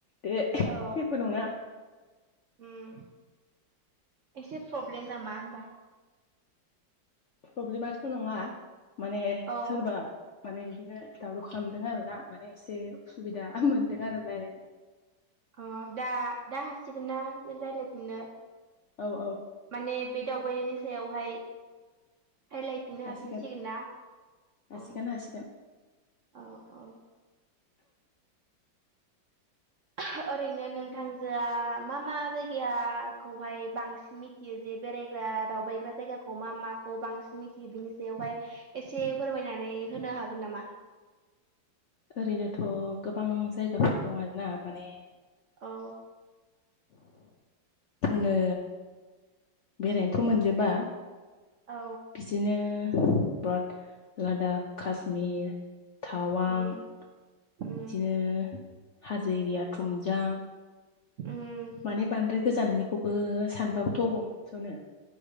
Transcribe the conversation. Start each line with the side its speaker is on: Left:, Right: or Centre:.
Left: दे जेबो
Right: औ
Left: नङा।
Right: उम एसे प्रब्लेम नामा होमबा?
Left: प्रब्लेमाथ' नङा माने
Right: औ
Left: सोरबा माने बिदिनो दावराव खालामदों आरोना माने एसे उसुबिदा मोनदों आरो रायजलायनो।
Right: अ दा दा हासिगोन ना रायज्लायफिननो?
Left: औ औ
Right: माने बे दावबायनायनि सायावहाय राय्लायफिननो
Left: हासिगोन
Right: हाफिनसिगोन ना
Left: हासिगोन
Right: ओम
Left: हासिगोन
Right: औ औ <inaudible> ओरैनो नोंथांजोआ मा मा जायगाखौहाय बांसिन मिथियो जे बेरायग्रा दावबायग्रा जायगाखौ मा माखौ बांसिन मिथियो बिनि सायावहाय एसे फोरमायनानै होनो हा गोन नामा?
Left: ओरैनोथ' गोबां जायगाफोर दं आरोना माने
Right: औ
Left: बुंनो बेरायनोथ' मोनजोबा
Right: औ
Left: बिदिनो बाट लादाख कास्मिर थावां
Right: उम
Left: बिदिनो
Right: उम
Left: हाजो एरिया थुमजां
Right: उम
Left: माने बांद्राय गोजाननिखौबो सानबाबोथ' अबाव मोनस'नो